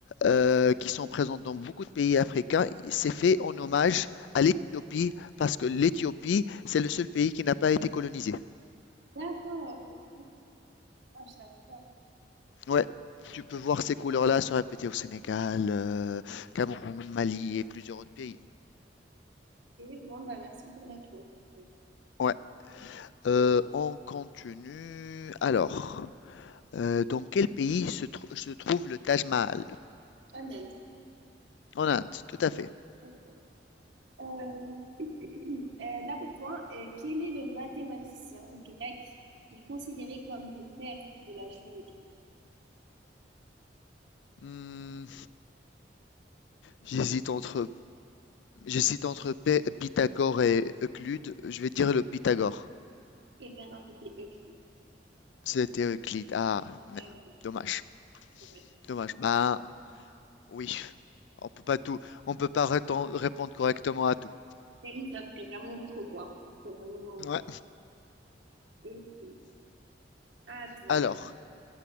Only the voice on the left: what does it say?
euh, qui sont présentes dans beaucoup de pays africains, c'est fait en hommage à l'Éthiopie parce que l'Éthiopie, c'est le seul pays qui n'a pas été colonisé.
Ouais. Tu peux
voir ces couleurs-là se répéter au Sénégal, euh, Cameroun, Mali et plusieurs autres pays.
Ouais. Euh, on continue. Alors, Euh, dans quel pays se, tr- se trouve le Taj Mahal?
En Inde, tout à fait.
Hmm, j'hésite entre, j'hésite entre P- Pythagore et Euclide. Je vais dire le Pythagore.
C'était Euclide. Ah, mais-
dommage.
Dommage. Bah, oui. On peut pas tout, on peut pas réton- répondre correctement à tout.
Ouais.
Alors,